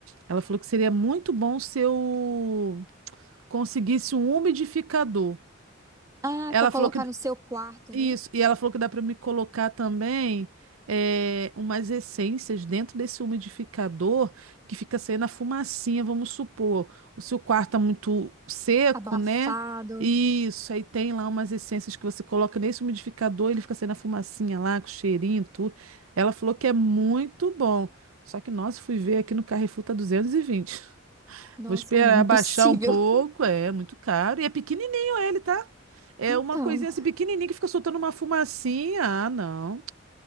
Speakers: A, on the right (about 80°); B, on the right (about 15°).
A: Ela falou que seria muito bom se eu conseguisse um umidificador.
B: Ah,
A: Ela
B: para colocar
A: falou que
B: no seu quarto,
A: isso,
B: né?
A: e ela falou que dá para me colocar também é, umas essências dentro desse umidificador que fica saindo a fumacinha, vamos supor. Se o quarto tá muito seco,
B: abafado.
A: né? Isso, aí tem lá umas essências que você coloca nesse umidificador, ele fica saindo a fumacinha lá, com cheirinho e tudo. Ela falou que é muito bom. Só que, nossa, fui ver aqui no Carrefour tá duzentos e vinte
B: Nossa,
A: Vou esperar
B: amiga, impossível.
A: baixar um pouco,
B: <laughs>
A: é muito caro. E é pequenininho ele, tá? É
B: Então,
A: uma coisinha assim pequenininha que fica soltando uma fumacinha. Ah, não.